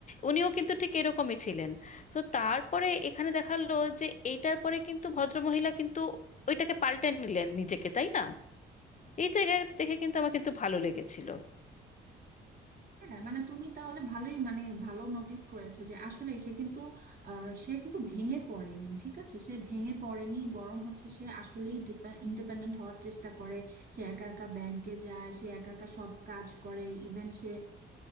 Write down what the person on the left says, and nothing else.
উনিও কিন্তু ঠিক এরকমই ছিলেন তো তারপরে এখানে দেখালো যে এইটার পরে কিন্তু ভদ্রমহিলা কিন্তু ওইটাকে পাল্টে নিলেন নিজেকে তাই না এই জায়গায় দেখে কিন্তু আমার কিন্তু ভালো লেগেছিল